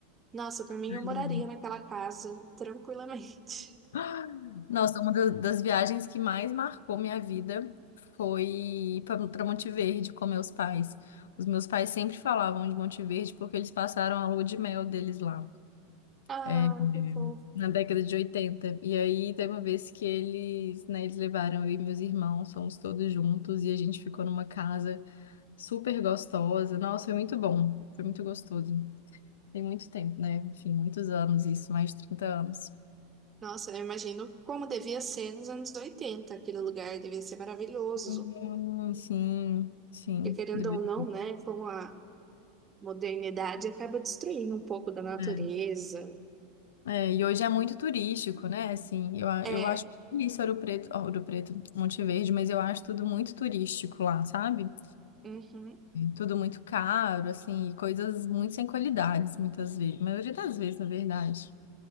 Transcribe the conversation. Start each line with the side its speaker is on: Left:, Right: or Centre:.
Right: Nossa, por
Left: Ah,
Right: mim
Left: legal.
Right: eu moraria naquela casa tranquilamente. <laughs>
Left: <gasps> Nossa, uma da- das viagens que mais marcou minha vida foi para Monte Verde com meus pais. Os meus pais sempre falavam de Monte Verde porque eles passaram a lua de mel deles lá.
Right: Ah,
Left: é,
Right: que fofo.
Left: na década de oitenta E aí tem uma vez que eles, né, eles levaram eu e meus irmãos, fomos todos juntos e a gente ficou numa casa super gostosa. Nossa, foi muito bom, foi muito gostoso. Tem muito tempo, né? Enfim, muitos anos isso, mais de trinta anos.
Right: Nossa, eu imagino como devia ser nos anos 80 aquele lugar devia ser maravilhoso.
Left: Hum, sim, sim,
Right: E querendo
Left: deveria.
Right: ou não, né, com a modernidade acaba destruindo um pouco da natureza.
Left: É, É, e hoje é muito turístico, né? Assim, eu, a-
Right: É,
Left: eu acho feliz Ouro Preto, Ouro Preto, Monte Verde, mas eu acho tudo muito turístico lá, sabe?
Right: uhum,
Left: tudo muito caro, assim, e coisas muito sem qualidades, muitas vezes, maioria das vezes, na verdade.